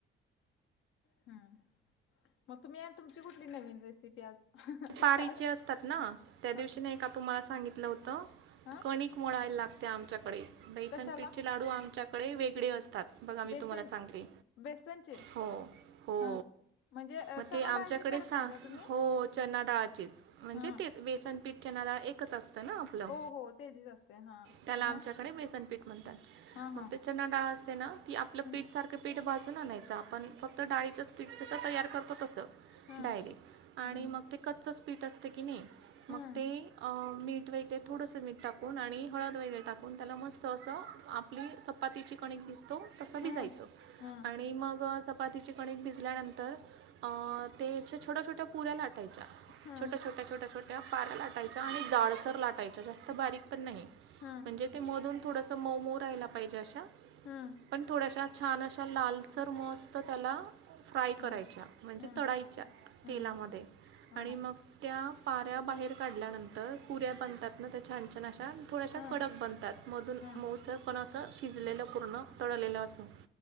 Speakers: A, on the left; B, on the right.
A: हम् मग तुम्ही या तुमची कुठली नवीन रेसिपी आज
B: पचे
A: काल
B: असतात ना त्या दिवशी
A: ह
B: तुम्हाला सांगितलं होत
A: हा
B: क खूक मोळायला लागते आमच्याकडे बैसनपीठचे
A: कशाला
B: लाडू आमच्याकडे वेगळे असतात बघा मी
A: बेसन
B: तुम्हाला सांगते
A: बेसनचे
B: हो हो
A: हा म्हणजे
B: मग
A: चना
B: ते
A: डाळीची
B: आमच्याकडे
A: करत
B: सांग
A: नाही का तुम्ही?
B: हो चना डाळाचेच म्हणजे
A: हा
B: तेच बेसनपीठ चना डाळ एकच असतं ना
A: हो हो त्याचीच असते हा
B: त्याला
A: मग
B: आमच्याकडे बेसनपीठ म्हणतात
A: हा
B: मग
A: हा
B: ते चना डाळा असते ना ती आपलं
A: हा.
B: पीठ सारखं पीठ भाजून आणायचं आपण फक्त तर डाळीचंच पीठ तसं तयार करतो तसं
A: हां
B: डायरीे आणि
A: हां
B: मग ते कच्चच पीठ असते की नाही
A: हां
B: मग ते मीठ वगैरे थोडंसं मीठ टाकून आणि हळद वगैरे टाकून त्याला मस्त असं आप आपली चपातीची कणिक दिसतो तसं भिजयचं
A: हां हां
B: आणि मग चपातीचे कणिक भिजल्यानंतर त्याच्या छोट्या छोट्या पुऱ्या लाटायच्या
A: हां
B: छोट्या छोट्या ्या छोट्या छोट्या पाऱ्या लाटायच्या आणि जाळसर लाटायच्या जास्त बारीक पण नाही
A: हां
B: म्हणजे ते मधून थोडस मऊ मऊ राहिला पाहिजे अशा
A: हां हां
B: पण थोड्याशा छान अशा लालसर मस्त त्याला फ्राय
A: हां
B: करायच्या म्हणजे
A: हां
B: तळाायच्या
A: हां
B: तेलामध्ये
A: हां
B: आणि मग त्या पाऱ्या बाहेर काढल्यानंतर पुऱ्या बनतात न त्या छान छान अशा थोड्याशा
A: हां
B: कडक
A: हां
B: बनतात मधून
A: हां
B: मऊसं पण असं शिजलेलं पूर्ण तोडलेल असो